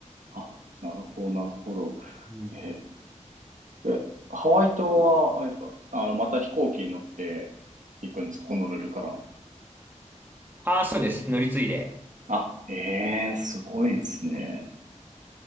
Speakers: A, on the right (about 75°); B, on the right (about 15°).
A: あ、なるほど、なるほど。
B: うん。
A: えええ、ハワイ島は、あれですか、あの、また飛行機に乗って行くんです、ホノルルから。
B: ああ、そうです。乗り継いで。
A: あ、ええすごいですね。